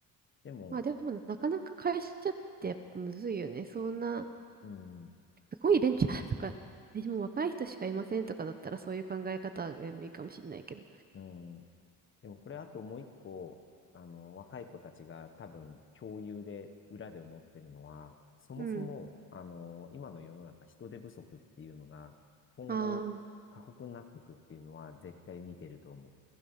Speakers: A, on the left (about 35°); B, on the right (about 25°).
A: でも、
B: まあでもなかなか会社ってやっぱむずいよね。そんな、
A: うん、
B: すごいベンチャーとか、<laughs> でもう若い人しかいませんとかだったらそういう考え方でもいいかもしれないけど。
A: うん、でもこれあともう一個、あの、若い子たちが多分共有で裏で思ってるのは、そもそも、
B: うん。
A: あの、今の世の中人手不足っていうのが、今後過酷になっていくっていうのは絶対見てると思う。
B: ああ、